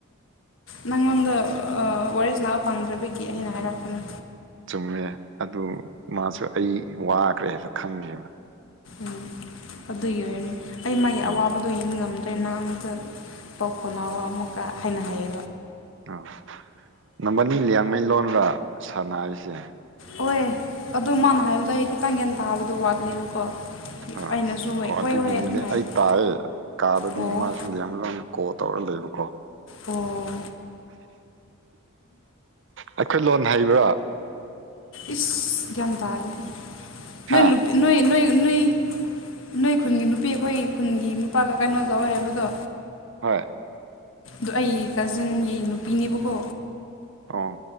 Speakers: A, on the left; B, on the right.
A: ꯅꯪꯉꯣꯟꯗ ꯋꯥꯔꯤꯔꯦ ꯁꯥꯟꯅꯕ ꯄꯥꯝꯗ꯭ꯔꯕꯒꯤ ꯑꯩꯅ ꯍꯥꯏꯔꯛꯄꯅ
B: ꯆꯨꯝꯃꯦ ꯑꯗꯨ ꯃꯥꯁꯨ ꯑꯩ ꯋꯥꯈ꯭ꯔꯦ ꯍꯥꯏꯕ ꯈꯪꯉꯦꯕ
A: ꯎꯝ ꯑꯗꯨꯒꯤ ꯑꯣꯏꯔꯅꯤ ꯑꯩ ꯃꯥꯒꯤ
B: ꯎꯝ
A: ꯑꯋꯥꯕꯗꯣ ꯌꯦꯡꯕ ꯉꯝꯗ꯭ꯔꯦꯅ ꯑꯝꯇ ꯄꯥꯎꯈꯣꯅ ꯑꯃ ꯃꯨꯀ ꯍ ꯍꯥꯏꯅ ꯍꯌꯦ
B: ꯑ ꯅꯝꯕꯅꯤ ꯂꯌꯥꯡꯃꯩ ꯂꯣꯟꯒ ꯁꯥꯟꯅꯔꯤꯁꯦ
A: ꯍ ꯑꯗꯣ ꯃꯥꯅ ꯍꯥꯏꯕꯗ ꯑꯩ ꯈꯤꯇꯪ ꯒ꯭ꯌꯥꯟ ꯇꯥꯕꯗꯣ ꯋꯥꯠꯂꯦꯕꯀꯣ
B: ꯑ
A: ꯑꯩꯅꯁꯨ
B: ꯍ
A: ꯍꯣꯏ
B: ꯑꯣ
A: ꯍꯣꯏ
B: ꯑꯗꯨꯒꯤꯅꯤꯅꯦ
A: ꯍꯣꯏ ꯑꯗꯨꯝ ꯍꯥꯏꯕ
B: ꯑꯩ ꯇꯥꯏꯑꯦ ꯀꯥꯗꯗꯤ
A: ꯑꯣ
B: ꯃꯥꯁꯨ ꯌꯥꯝ ꯂ ꯀꯣꯜ ꯇꯧꯔ ꯂꯩꯕ ꯣ
A: ꯑꯣ
B: ꯑꯩꯈꯣꯏ ꯂꯣꯟ ꯍꯥꯏꯩꯕ꯭ꯔꯥ
A: ꯏꯁ ꯀ꯭ꯟ ꯇꯥꯔꯦ ꯅꯣꯏ
B: ꯍꯥ
A: ꯂꯨꯄꯤ ꯅꯣꯏ ꯅꯣꯏꯣꯏ ꯑꯗꯨ ꯅꯣꯏ ꯅꯣꯏ ꯈꯨꯟꯒꯤ ꯅꯨꯄꯤ ꯑꯩꯈꯣꯏ ꯈꯨꯟꯒꯤ ꯅꯨꯄꯥꯒ ꯀꯩꯅꯣ ꯇꯧꯋꯦ ꯍꯥꯏꯕꯗꯣ
B: ꯍꯣꯏ
A: ꯑꯗꯨ ꯑꯩꯒꯤ ꯀꯥꯖꯤꯟꯒꯤ ꯅꯨꯄꯤꯅꯦꯕꯀꯣ
B: ꯑꯣ